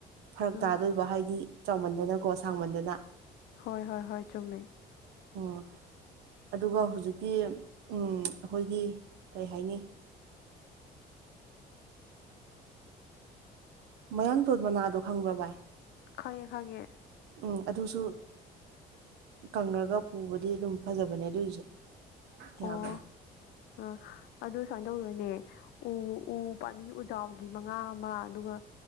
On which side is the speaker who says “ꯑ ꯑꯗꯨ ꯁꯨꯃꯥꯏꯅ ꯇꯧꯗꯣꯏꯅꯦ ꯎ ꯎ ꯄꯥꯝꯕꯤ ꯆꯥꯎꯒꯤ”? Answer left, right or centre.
Left